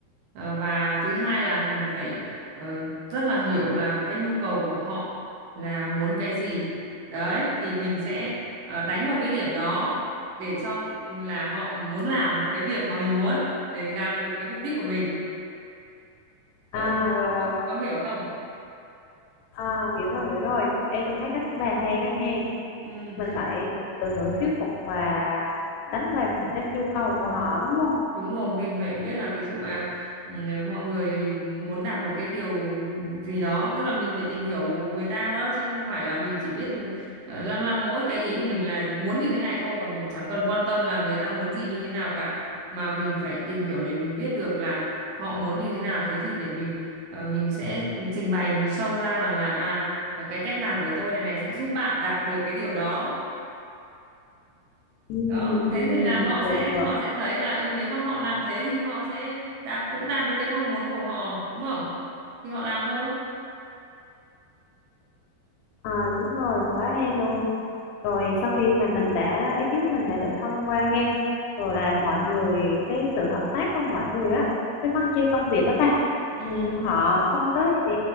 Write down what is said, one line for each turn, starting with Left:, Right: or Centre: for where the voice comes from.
Right: Ờ, và thứ hai là mình phải ờ, rất là hiểu là cái nhu cầu của họ là muốn cái gì đấy thì mình sẽ ờ, đánh vào cái điểm đó để cho ừ, là họ muốn làm cái việc mà mình muốn để mình đạt được cái mục đích của mình cậu
Left: à rồi rồi
Right: có, có hiểu không
Left: à, hiểu rồi hiểu rồi Ê, tôi thấy cách bà hay đó nghe
Right: ừ
Left: mình phải dùng từ ngữ thuyết phục và đánh vào những cái nhu cầu của họ đúng không
Right: đúng rồi mình phải biết là ví dụ à ừ, mọi người muốn đạt được cái điều gì đó tức là mình phải tìm hiểu người ta đó chứ không phải là mình chỉ biết ờ, lăm lăm mỗi cái ý của mình là muốn như thế này thôi còn mình chẳng cần quan tâm là người ta muốn gì như thế nào cả mà mình phải tìm hiểu để mình biết được là họ muốn như thế nào thế thì để mình ờ, mình sẽ trình bày mình show ra rằng là à ờ, cái cách làm của tôi này này sẽ giúp bạn đạt được cái điều đó
Left: ừ,
Right: đó
Left: ừ,
Right: thế thì là họ
Left: được
Right: sẽ
Left: được
Right: họ sẽ thấy là ừ nếu mà họ làm thế thì họ sẽ đạt cũng đạt được cái mong muốn của họ đúng không thì họ làm thôi
Left: à, đúng rồi quá hay luôn rồi sau khi mà mình đã ý kiến của mình đã được thông qua nghe rồi là mọi người cái sự hợp tác của mọi người á cái phân chia công việc đó ba
Right: Ừ.
Left: ừ, họ không có gì